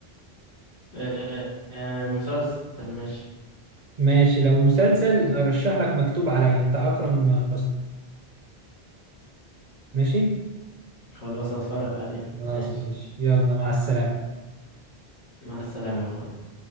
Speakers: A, on the left; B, on the right.
A: آه آه مسلسل ماشي
B: ماشي لو مسلسل ارشح لك مكتوب عليا بتاع اكرم حسني ماشي
A: خلاص هتفرج عليه
B: خلاص
A: ماشي
B: ماشي يلا مع السلامة
A: مع السلامة يا اخويا